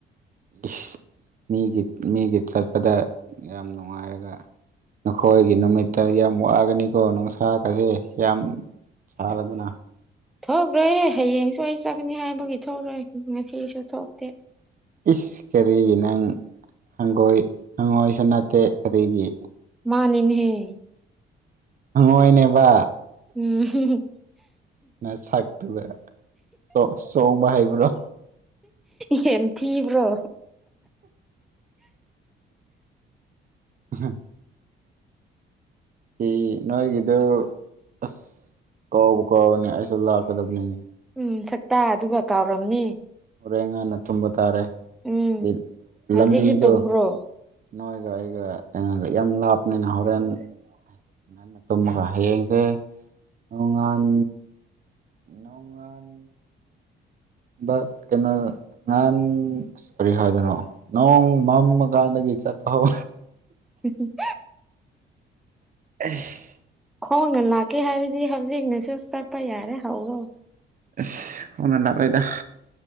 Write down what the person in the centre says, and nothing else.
ꯊꯣꯛꯔꯣꯏꯍꯦ ꯍꯌꯦꯡꯁꯨ ꯑꯩ ꯆꯠꯀꯅꯤ ꯍꯥꯏꯕꯒꯤ ꯊꯣꯛꯔꯣꯏ ꯉꯁꯤꯁꯨ ꯊꯣꯛꯇꯦ
ꯃꯥꯅꯤꯅꯦ ꯍꯦ
ꯎꯝ
ꯌꯦꯝ ꯊꯤꯕ꯭ꯔꯣ
ꯎꯝ ꯁꯛꯇꯥꯗꯨꯒ ꯀꯥꯎꯔꯝꯅꯤ
ꯎꯝ
ꯍꯧꯖꯤꯛꯁꯨ
ꯇꯨꯝꯈ꯭ꯔꯣ
<unintelligible>
ꯈꯣꯡꯅ ꯂꯥꯛꯀꯦ ꯍꯥꯏꯔꯗꯤ ꯍꯧꯖꯤꯛꯅꯁꯨ ꯆꯠꯄ ꯌꯥꯔꯦ ꯍꯧꯔꯣ